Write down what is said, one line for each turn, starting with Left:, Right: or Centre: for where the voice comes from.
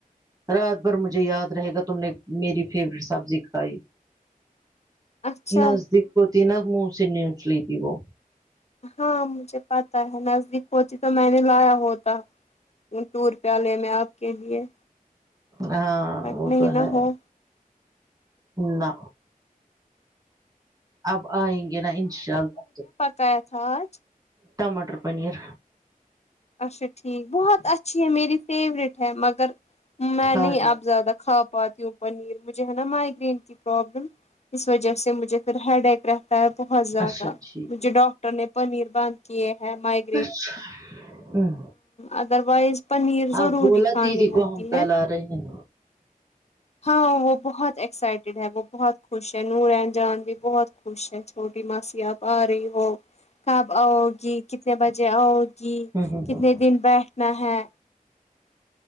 Right: رات بھر مجھے یاد رہے گا تم نے میری فیوریٹ سبزی کھائی
Left: اچھا
Right: نزدیک ہوتی ناں منہ سے نوچ لیتی وہ
Left: ہاں مجھے پتا ہے نزدیک ہوتی تو میں نے لایا ہوتا ٹور پیالے میں آپ کے لیے
Right: ہاں
Left: بٹ
Right: وہ
Left: نہیں
Right: تو
Left: نہ
Right: ہے
Left: ہو
Right: نہ اب آئیں گے ناں انشاء اللہ
Left: گیا تھا آج
Right: ٹمٹر پنیر
Left: اچھا ٹھیک بہت اچھی ہے میری فیوریٹ ہے مگر میں نہیں
Right: آج
Left: اب زیادہ کھا پاتی ہوں پنیر مجھے ہے ناں مائگرین کی پرابلم اس وجہ سے مجھے پھر ہیڈ ایک رہ پت بہت زیادہ
Right: اچھا ٹھیک
Left: مجھے ڈاکٹر نے پنیر بند کیے ہیں مائگ
Right: اچھا ہوں
Left: ادر وائز پنیر ضروری
Right: آپ بولا
Left: کھانی
Right: دیدی
Left: ہوتی
Right: کو ہم کل
Left: ہے
Right: آ رہے ہیں
Left: ہاں وہ بہت ایکسائٹیڈ ہے وہ بہت خوش ہے نورالعین جان بھی بہت خوش ہے چھوٹی ماسی آپ آ رہی ہو کب آؤ گی کتنے بجے آؤ گی
Right: ہ ہ
Left: کتنے دن بیٹھنا ہے